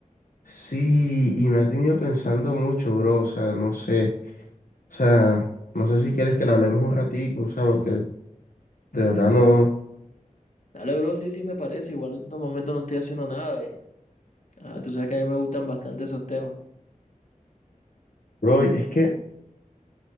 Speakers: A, on the left (about 85°); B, on the left (about 60°).
A: Sí, y me ha tenido pensando mucho, bro. O sea, no sé. O sea, no sé si quieres que le hablemos un ratico, o sea, porque de verdad no.
B: Dale, dale, bro, sí, sí, me parece. Igual en estos momentos no estoy haciendo nada y ah, tú sabes que a mí me gustan bastante esos temas.
A: Bro, es que,